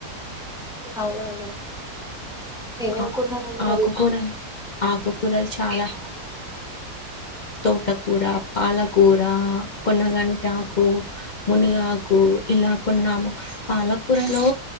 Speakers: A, in the centre; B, on the left.
A: అవునండి నేనేమికుున్ననండి
B: ఆ
A: మరి
B: ఆకుకూరలు ఆకుకూరలు చాలా తోటకూర పాలకూర పొన్నగంటాకు మునిగాకు ఇలా కొన్నాము పాలకూరలో